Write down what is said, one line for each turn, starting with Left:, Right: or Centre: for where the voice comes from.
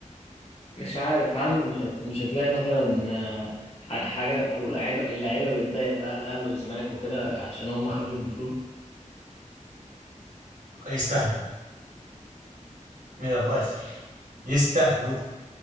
Left: مش عارف هل مش هت- مش هتلاقي مثلا آه، ح- حاجة أو لعيبة اللعيبة بتضايق بقى الأهلي والزمالك وكده عشان هم خدوا البطولة
Right: يستاهلوا من ابو اخر يستاهلوا